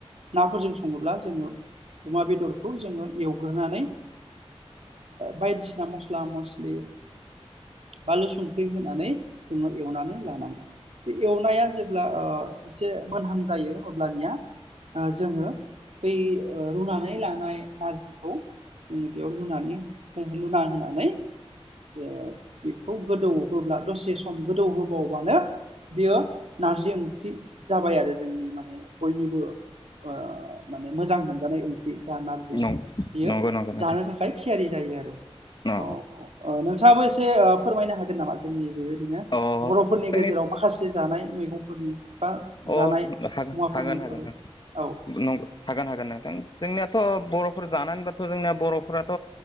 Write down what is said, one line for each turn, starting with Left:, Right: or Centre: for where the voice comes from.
Right: नाफोरजों सङोब्ला जोंङो अमा बेदरखौ जोंङो एवग्रोनानै बायदिसिना मस्ला मस्लि बानलु संख्रि होनानै जोंङो एवनानै लानांगौ बे एवनाया जेब्ला एसे मोनहां जायो अब्लानिया जोङो बै रुनानै लानाय नारजिखौ जोङो बेयाव लुनानै लुना होनानै ओ बेखौ गोदौहोब्ला दसे सम गोदौ होबावबानो बेयो नारजि ओंख्रि जाबाय आरो जोंनि माने बयनिबो ओ माने मोजां मोनजानाय ओंख्रि। जा नारजि
Left: नं-नंगौ
Right: बियो
Left: नंगौ नोंथां
Right: जानो थाखाय थियारि जायो आरो
Left: अ
Right: औ ओ नोंथाङाबो से ओ फोरमायनो हागोन नामा जोंनि बेबायदिनो
Left: अ
Right: बर'फोरनि
Left: जोंनि
Right: गेजेराव माखासे फाइ‌ मैगंफोरनि बा
Left: अ
Right: जानाय
Left: हा
Right: मुवाफोरनि
Left: हागोन हागोन हागोन
Right: बागै औ
Left: <unintelligible> हागोन हागोन नोंथां जोंनिया थ' बर'फोर जानाय होनब्लाथ' जोंनिया बर'फोराथ'